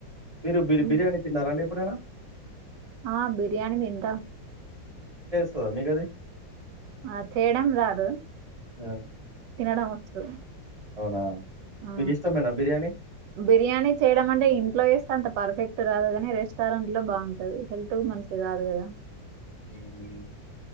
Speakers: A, on the right; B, on the right.
A: మీరు బి
B: ఉమ్.
A: బిర్యానీ తిన్నారా అండి ప్పుడేనా
B: ఆ బిర్యాణి తింటా
A: దా మీ కది
B: ఆ చేయడం రాదు
A: ఆ!
B: తినడం వచ్చు
A: అవునా
B: ఆ
A: మీకిష్టమేనా బిర్యానీ?
B: బిర్యానీ చేయడం అంటే ఇంట్లో వేస్తే అంత పర్ఫెక్ట్ రాదుగాని రెస్టారెంట్ లో బాగుంటది హెల్త్ కు మనిషది కాదు కదా
A: హ్మ్.